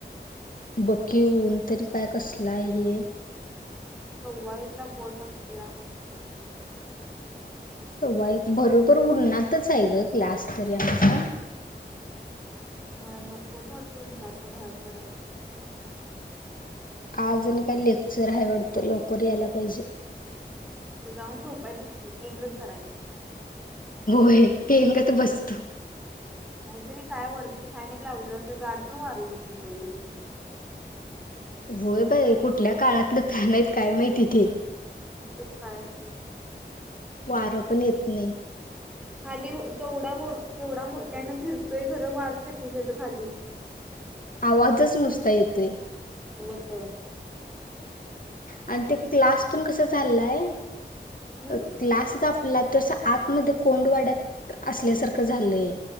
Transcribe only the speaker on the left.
ब की ऊन तरी काय कसलं आहे हे.
सव्वा एक, बरोबर उन्हातच आहे गं क्लास तरी आमचा.
आज आणि काय लेक्चर आहे वाडतं, लवकर यायला पाहिजे.
होय पेंगत बस तु.
होय बाई कुठल्या काळातलं फॅन आहेत काय माहिती ते.
वार पण येत नाही.
आवाजच नुसता येतोय.
आणि ते क्लासपण कस झालाय?
क्लास गं आपला तो असा आत मध्ये कोंड वाड्यात असल्यासारखं झालंय.